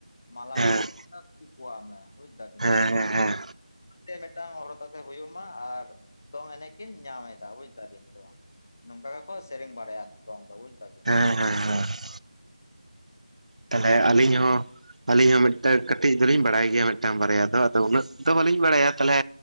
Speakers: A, on the left; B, on the right.
A: ᱢᱟᱞᱟ
B: ᱦᱮᱸ ᱦᱮᱸ
A: ᱯᱚᱛᱟᱢ ᱠᱩᱠᱩᱣᱟᱜ ᱢᱮ ᱵᱩᱡᱫᱟᱵᱤᱱ
B: ᱦᱮᱸ
A: ᱛᱚ,
B: ᱦᱮᱸ
A: <unintelligible> ᱢᱤᱫᱴᱟᱝ ᱦᱚᱨᱦᱚᱛᱟᱥᱮ ᱦᱩᱭᱩᱜ ᱢᱟ ᱟᱨ ᱫᱚᱝ ᱮᱱᱮᱡ ᱠᱤᱱ ᱧᱟᱢ ᱮᱫᱟ ᱵᱩᱡ ᱫᱟᱵᱤᱱ ᱛᱚ᱾ ᱱᱚᱝᱠᱟ ᱜᱮᱠᱚ ᱥᱮᱨᱮᱧ ᱵᱟᱲᱟᱭᱟ ᱟᱢ ᱫᱚ ᱵᱩᱡ ᱫᱟᱵᱤᱱ᱾
B: ᱦᱮᱸ ᱦᱮᱸ ᱦᱮᱸ ᱦᱮᱸ᱾ ᱛᱟᱦᱚᱞᱮ ᱟᱹᱞᱤᱧ ᱦᱚᱸ ᱟᱹᱞᱤᱧ ᱦᱚᱸ ᱢᱤᱫᱴᱮᱱ ᱠᱟᱹᱴᱤᱡ ᱫᱚ ᱞᱤᱧ ᱵᱟᱲᱟᱭ ᱜᱮᱭᱟ ᱢᱤᱫᱴᱟᱝ ᱵᱟᱨᱭᱟ ᱫᱚ ᱟᱫᱚ ᱩᱱᱟᱹᱜ ᱫᱚ ᱵᱟᱹᱞᱤᱧ ᱵᱟᱲᱟᱭᱟ ᱛᱟᱦᱚᱞᱮ